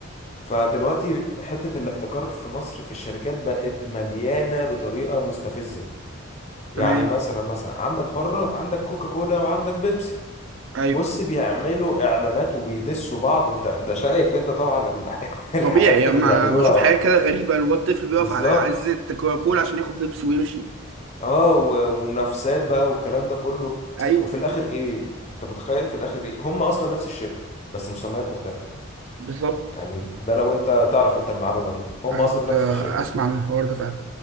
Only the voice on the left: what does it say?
فدلوقتي حتة الاحتكار في مصر في الشركات بقت مليانة بطريقة مستفزة يعني
مثلا مثلا عندك بره عندك كوكا كولا وعندك بيبسي
بص بيعملوا اعلانات وبيدسوا بعض انت انت شايف انت طبعا ال- <laughs> الحاجات
اللي
بيعملوها
بالظبط
اه و- ومنافسات بقى والكلام ده كله
وفي الاخر ايه انت متخيل في الاخر ايه هم اصلا نفس الشركة بس مسميات مختلفة
يعني ده لو انت تعرف انت المعلومة دي هم
اصلا
نفس
الشركة